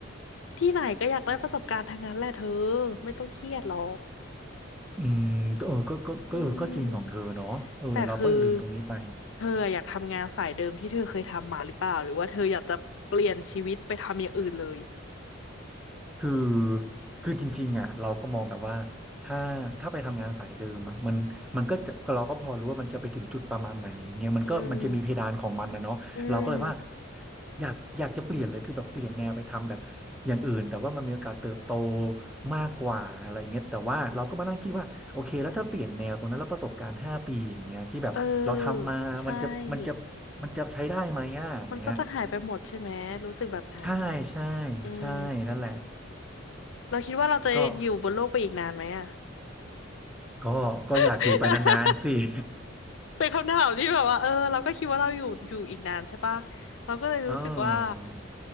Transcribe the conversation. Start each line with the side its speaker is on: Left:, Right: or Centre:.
Left: ที่ไหนก็อยากได้ประสบการณ์ทางนั้นแหละเธอไม่ต้องเครียดหรอก
Centre: อืมเออก็ก็ก็เออก็จริงของเธอเนาะเออเราก็ลืมตรงนี้ไป
Left: อืมแต่คือเธออยากทำงานสายเดิมที่เธอเคยทำมาหรือเปล่าหรือว่าเธออยากจะเปลี่ยนชีวิตไปทำอย่างอื่นเลย
Centre: คือคือจริงๆอ่ะเราก็มองแบบว่าถ้าถ้าไปทำงานสายเดิมอ่ะมันมันก็จะเราก็พอรู้ว่ามันจะไปถึงจุดประมาณไหนอย่างเงี้ยมันก็มันจะมีเพดานของมันนะเนาะเราก็เลยว่า
Left: อืมอืม
Centre: อยากอยากจะเปลี่ยนเลยคือแบบเปลี่ยนแนวไปทำแบบอย่างอื่นแต่ว่ามันมีโอกาสเติบโตมากกว่าอะไรเงี้ยแต่ว่าเราก็มานั่งคิดว่าโอเคแล้วถ้าเปลี่ยนแนวตรงนั้นแล้วประสบการณ์ห้าปีอย่างเงี้ยที่แบบเราทำมามันจะมันจะ
Left: เออใช่
Centre: มันจะใช้ได้ไหมอ่ะอย่างเงี้ย
Left: มันก็จะหายไปหมดใช่ไหมรู้สึกแบบนั้น
Centre: ใช่ใช่
Left: อืม
Centre: ใช่นั่นแหละ
Left: เราคิดว่าเราจะอยู่บนโลกไปอีกนานไหมอะ
Centre: ก็ ก็ก็อยากอยู่ไปนานๆสิ
Left: <laughs>
Centre: <laughs>
Left: เป็นคำถามที่แบบว่าเออเราก็คิดว่าเราอยู่อยู่อีกนานใช่ปะเราก็เลยรู้สึกว่า
Centre: เออ